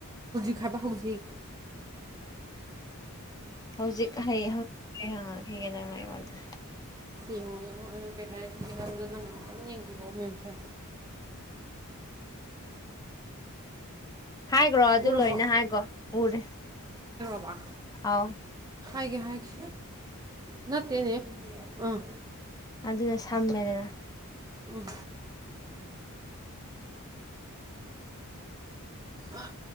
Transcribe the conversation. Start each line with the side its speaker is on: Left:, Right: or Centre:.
Right: ꯈꯕ ꯍꯧꯖꯤꯛ
Left: ꯍꯧꯖꯤꯛ ꯍꯌꯦ ꯑꯩ ꯍꯥꯪꯉꯥꯛ ꯑꯒꯦ ꯅꯦ ꯅꯪꯅ ꯑꯩꯉꯣꯟꯗ
Right: ꯌꯦꯡꯉꯣ ꯌꯦꯡꯉꯣ ꯑꯩꯅ ꯀꯩ ꯍꯥꯏꯔꯛꯈꯤꯒꯦ ꯍꯥꯏꯕꯗꯣ ꯅꯪꯅ ꯑꯃꯨꯛꯇꯪ ꯌꯦꯡꯕꯤꯔꯛꯑꯣ ꯃꯦꯝꯁꯥꯍꯦꯞ
Left: ꯍꯥꯏꯒ꯭ꯔꯣ ꯑꯗꯨ
Right: ꯎꯔꯕꯣ
Left: ꯂꯣꯏꯅ ꯍꯥꯏꯒ꯭ꯔꯣ ꯎꯔꯦ
Right: ꯋꯥ
Left: ꯑꯥꯎ
Right: ꯍꯥꯏꯒꯦ ꯍꯥꯏꯒꯦ ꯅꯠꯇꯦ ꯅꯦ ꯑꯥ
Left: ꯑꯗꯨꯅ ꯁꯝꯃꯦꯗꯅ
Right: ꯑꯣ ꯑꯥ